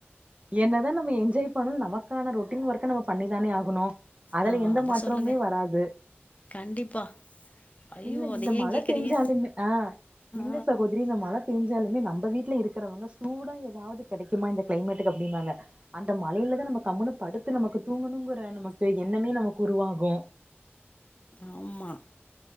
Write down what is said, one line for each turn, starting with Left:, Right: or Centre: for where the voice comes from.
Right: என்னதா நம்ம என்ஜாய் பன நமக்கான ரொட்டீன் ஒர்க்கு நம்ம பண்ணிதானே ஆகணூ அதுல
Left: ஆ
Right: எந்த
Left: அத
Right: மாற்றமுமே
Left: சொல்லுங்க
Right: வராது
Left: கண்டிப்பா ஐயோ
Right: இல்ல
Left: அத
Right: இந்த
Left: ஏன்
Right: மழ
Left: கேக்குறீங்க
Right: பேஞ்சாலுமே ஆஹ்
Left: ஆ
Right: இல்ல சகோதரி இந்த மழ பேஞ் தயாலுமே நம்ப வீட்ல இருக்கிறவங்க சூடா எதாவது கிடைக்குமா இந்த கிளைமேட்டுக்கு அப்டிம்பாங்க அந்த மலையிலதா நம்ம கம்முனு படுத்து நமக்கு தூங்குணுங்கிற நமக்கு எண்ணமே நமக்கு உருவாகு
Left: ஆம்மா